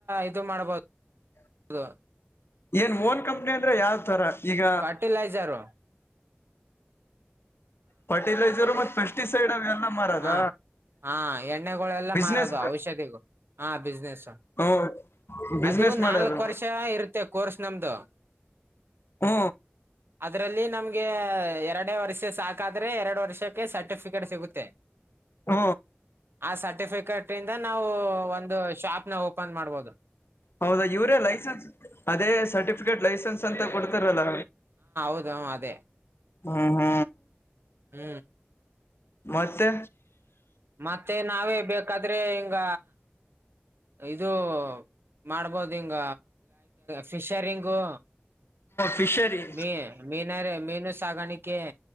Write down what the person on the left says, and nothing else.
ಏನ್ ಓನ್ ಕಂಪ್ನಿ ಅಂದ್ರೆ ಯಾವ್ ತರ ಈಗ
ಫರ್ಟಿಲೈಸರ್ ಮತ್ ಪೆಸ್ಟಿಸೈಡ್ ಅವೆಲ್ಲ ಮಾರದ
ಬಿಸ್ನೆಸ್
ಹ್ಮ ಬಿಸ್ನೆಸ್
ಮಾಡೋದು
ಹೂ
ಹೂ
ಹೌದಾ ಇವರೇ ಲೈಸೆನ್ಸ್ ಅದೇ ಸರ್ಟಿಫಿಕೇಟ್ ಲೈಸೆನ್ಸ್ ಅಂತ ಕೊಡ್ತಾರಲ್ಲ
ಹೂ ಹೂ
ಮತ್ತೆ
ಫಿಶರಿ